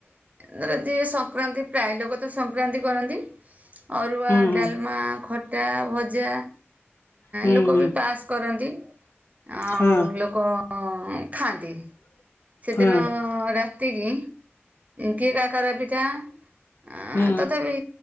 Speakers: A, on the right (about 35°); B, on the left (about 60°).
A: ଧର ଯି ସଂକ୍ରାନ୍ତି ପ୍ରାୟ ଲୋକ ତ ସଂକ୍ରାନ୍ତି କରନ୍ତି। ଅରୁଆ
B: ହୁଁ ହୁଁ
A: ଡାଲମା ଖଟା ଭଜା
B: ହୁଁ
A: ଲୋକ ବି ପାସ୍ କରନ୍ତି ଆଉ
B: ହୁଁ
A: ଲୋକ ଖାଆନ୍ତି ସେଦିନ
B: ହଁ ହଁ
A: ର ଏତିକି କି କାକରା ପିଠା ଆଁ
B: ହୁଁ
A: ତଥାପି